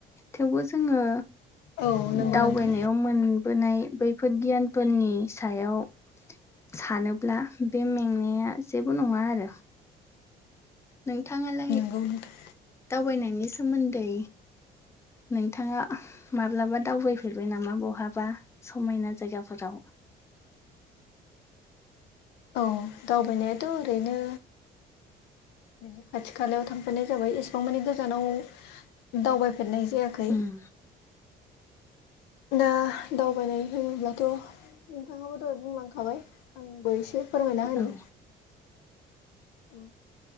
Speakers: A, on the left; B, on the left.
A: थेवबो जोंङो
B: औ नंगौ
A: दावबायनायाव
B: नोंथां
A: मोनबोनाय बैफोर गियानफोरनि सायाव सानोब्ला बे मेंनाया जेबो नङा आरो। नोंथाङालाय
B: नंगौ नोंथां
A: दावबायनायनि सोमोन्दै नोंथाङा माब्लाबा दावबायफेरबाय नामा बहाबा समायना जायगाफोराव?
B: औ दावबायनायाथ' ओरैनो बिदि खाथि खालायाव थांफेरनाय जाबाय एसेबां मानि गोजानाव दावबायफेरनाय जायाखै
A: उम
B: दा दावबायनाय होनोब्लाथ' नोंथाङाबो दहाय बुंलांखाबाय आंबो एसे फोरमायना होनि
A: औ
B: औ